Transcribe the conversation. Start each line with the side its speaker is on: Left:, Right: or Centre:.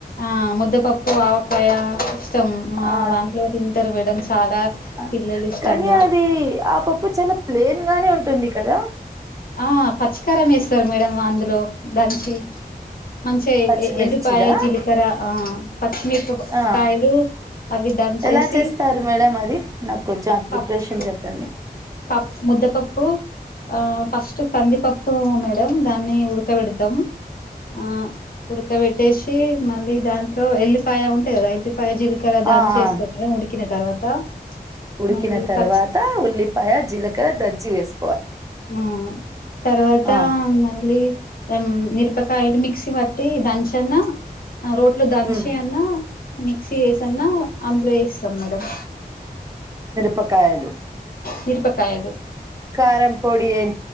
Left: ఆ ముద్దపప్పు ఆవకాయ సం మా
Right: ఆ
Left: దాంట్లో తింటర్ మేడం చాలా
Right: ఆ,
Left: పిల్లలు ఇష్టంగా
Right: కానీ అది ఆ పప్పు చాలా ప్లేన్ గానే ఉంటుంది కదా
Left: ఆ పచ్చికారం వేస్తారు మేడం అందులో దంచి మంచిగ
Right: పచ్చిమిర్చిదా
Left: ఎ ఎల్లిపాయ జిల్కర ఆ ఆ పచ్చిమిరప
Right: ఆ
Left: కాయలు అవి దంచేసి
Right: ఎలా చేస్తారు మేడం అది నాకు కొంచెం ఆ ప్రిపరేషన్
Left: పప్పు
Right: చెప్పండి
Left: పప్ ముద్ద పప్పు ఆ ఫస్ట్ కందిపప్పు మేడం దాన్ని ఉడకబెడతం ఆ ఉడుకవెట్టేసి మళ్ళీ దాన్ ట్లో ఎల్లిపాయ ఉంటయ్ గదా ఎల్లిపాయ జీల్కర్ర దంచి
Right: ఆ ఆ
Left: ఏస్తంగా ఉడికిన తర్వాత
Right: ఉడికిన
Left: మళ్ళీ
Right: తర్వాత
Left: పచ్చి
Right: ఉల్లిపాయ జీలకర దంచి వేస్
Left: ఆ తర్వాతా
Right: ఆ
Left: మళ్ళీ ఎం మిరుపకాయలు మిక్సి వట్టీ దంచన్నా రోట్లో దంచి
Right: ఉమ్
Left: అన్నా మిక్సీ ఏసి అన్న అందులో ఏస్ సర్ మేడం
Right: పకాయలు
Left: మిరుపకాయలు
Right: కారం పొడి ఎయ్